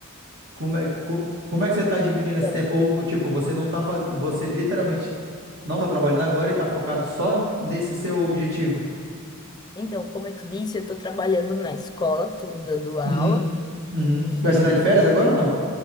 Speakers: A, on the right (about 55°); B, on the left (about 20°).
A: Como é, como, como é que você tá dividindo
B: Então,
A: esse tempo? Ou, tipo, você não tá fazendo. Você literalmente Não tá trabalhando agora e tá focado só nesse seu objetivo.
B: Então, como eu te disse, eu estou trabalhando na escola, estou dando aula
A: Uhum, uhum.
B: e
A: Vai se dar de férias agora ou não?